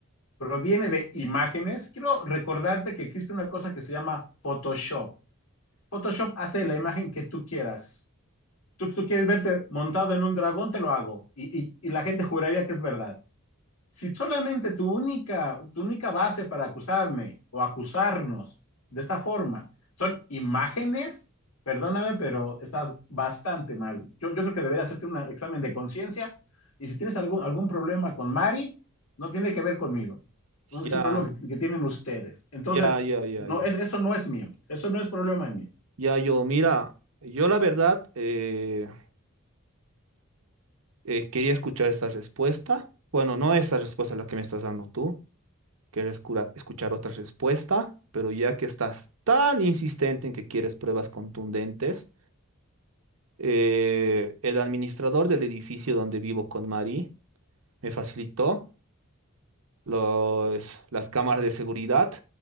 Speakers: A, on the left (about 75°); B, on the right (about 70°).
A: proviene de imágenes, quiero recordarte que existe una cosa que se llama Photoshop. Photoshop hace la imagen que tú quieras. Tú, tú quieres verte montado en un dragón, te lo hago. Y, y- y la gente juraría que es verdad si solamente tu única, tu única base para acusarme o acusarnos de esta forma son imágenes, perdóname, pero estás bastante mal. Yo, yo creo que debería hacerte un examen de conciencia y si tienes algún, algún problema con Mari, no tiene que ver conmigo.
B: ya,
A: Es un problema que, que tienen ustedes. Entonces,
B: ya, ya, ya,
A: no,
B: ya,
A: es, eso no es mío. Eso no es problema mío.
B: ya, yo, mira, yo la verdad eh, eh, quería escuchar esta respuesta. Bueno, no esta respuesta la que me estás dando tú. Quieres cura- escuchar otra respuesta, pero ya que estás tan insistente en que quieres pruebas contundentes, eh, el administrador del edificio donde vivo con Mari me facilitó los- las cámaras de seguridad